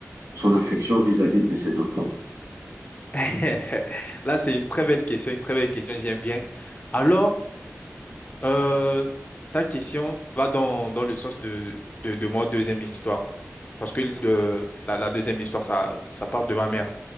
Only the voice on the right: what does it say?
son affection vis-à-vis de ses enfants?